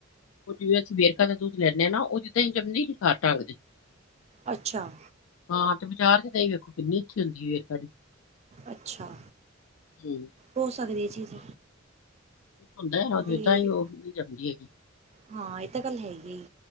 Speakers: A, on the left (about 80°); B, on the right (about 35°).
A: ਉਹ ਜਿਵੇਂ ਅਸੀਂ ਵੇਰਕਾ ਦਾ ਦੁੱਧ ਲੈਂਨੇ ਨਾ ਉਹਦੀ। <inaudible>
B: ਅੱਛਾ
A: ਹਾਂ ਤੇ ਬਾਜ਼ਾਰ ਚ ਦਹੀ ਵੇਖੋ, ਕਿਨੀ ਅੱਛੀ ਹੁੰਦੀ ਏ ਗਾੜੀ।
B: ਅੱਛਾ,
A: ਹੂੰ
B: ਹੋ ਸਕਦੀ ਇਹ ਚੀਜ਼
A: ਹੁੰਦਾ
B: ਵੀ
A: ਤਾਹੀ ਉਹ ਜਮਦੀ ਹੈਗੀ
B: ਹਾਂ ਇਹ ਤਾਂ ਗੱਲ ਹੈਗੀ